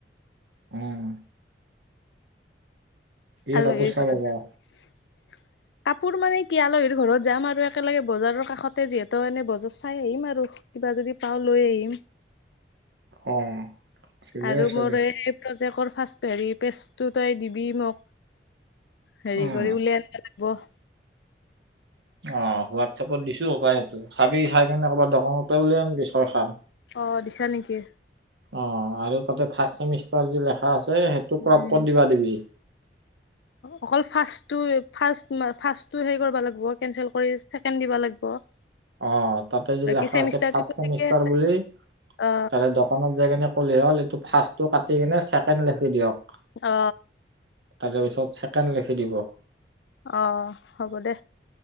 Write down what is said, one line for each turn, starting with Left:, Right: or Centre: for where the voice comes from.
Right: উম। এই
Left: আলহীৰ
Right: কাপো চাব
Left: ঘৰত
Right: যাও
Left: <unintelligible> কাপোৰ মানে কি আলহীৰ ঘৰত যাম আৰু একেলগে বজাৰৰ কাষতে যিহেতু এনে বজাৰ চাই আহিম আৰু কিবা যদি পাও লৈ আহিম
Right: অ ঠিকে
Left: আৰু
Right: আছে
Left: মোৰ
Right: দে
Left: এই প্ৰজেক্টৰ ফাৰ্ষ্ট হেৰি পেজটো তই দিবি মোক হেৰি
Right: উম
Left: কৰি উলিয়াই আনিব লাগিব।
Right: অ হোৱাটছএপত দিছো সেইটো চাবি চাই কেনে ক'ৰবাত দোকানৰ পৰা লৈ আনবি ছয় খান
Left: অ দিছা নিকি
Right: অ আৰু তাতে ফাৰ্ষ্ট চেমিষ্টাৰ যি লেখা আছে সেইটো ক্ৰপ
Left: উম
Right: কৰি দিবা দিবি
Left: অকল ফাছটো ফাছটো সেই কৰিব লাগিব কেনচেল কৰি ছেকেণ্ড দিব লাগিব। <unintelligible>
Right: অ তাতে যি
Left: বাকী
Right: লেখা
Left: চেমিষ্টাৰটোতো
Right: আছে ফাৰ্ষ্ট চেমিষ্টাৰ
Left: ঠিকে আছে
Right: বুলি
Left: অ
Right: ত দোকানত যাই কিনে ক'লে হ'ল এইটো ফাৰ্ষ্ট টো কাটি কেনে ছেকেণ্ড লিখি দিয়ক
Left: অ
Right: তাৰ পিছত ছেকেণ্ড লিখি দিব
Left: অ হ'ব দে